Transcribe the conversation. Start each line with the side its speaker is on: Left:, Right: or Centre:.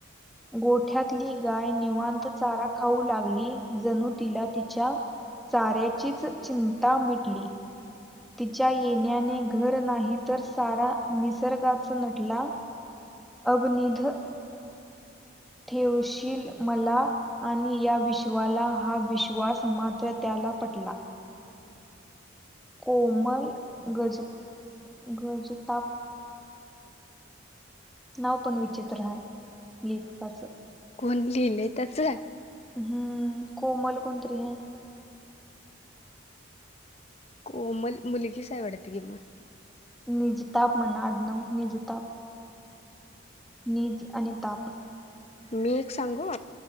Centre: गोठ्यातली गाय निवांत चारा खाऊ लागली जणू तिला तिच्या चाऱ्याचीच चिंता मिटली. तिच्या येण्याने घर नाही तर सारा निसर्गाच नटला. अभ्निध ठेवशील मला आणि या विश्वाला हा विश्वास मात्र त्या मला पटला कोमल गज गजताप. नाव पण विचित्र हाय लेखकाचं.
Left: कोण लिहिलंय त्याचं?
Centre: हम्म कोमल कोणतरी हाय.
Left: कोमल मुलीगीच हाय वाटत की मग.
Centre: निजताप म्हण अडनाड निजताप निज आणि ताप.
Left: मी एक सांगू